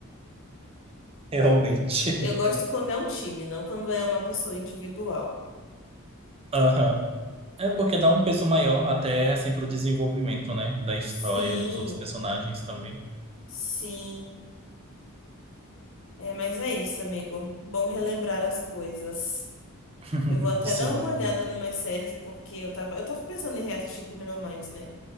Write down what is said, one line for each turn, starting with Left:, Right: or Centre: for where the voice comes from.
Right: Realmente,
Left: <laughs>
Right: <laughs>
Left: Eu
Right: amiga.
Left: gosto quando é um time, não quando é uma pessoa individual.
Right: Aham. É porque dá um peso maior até assim pro desenvolvimento, né? Da história,
Left: Sim,
Right: dos outros personagens também.
Left: sim. É, mas é isso, amigo. Bom relembrar as coisas.
Right: <laughs>
Left: Eu vou até
Right: Sim.
Left: dar uma olhada numas séries, porque eu tava, eu tava pensando em reassistir Criminal Minds, né?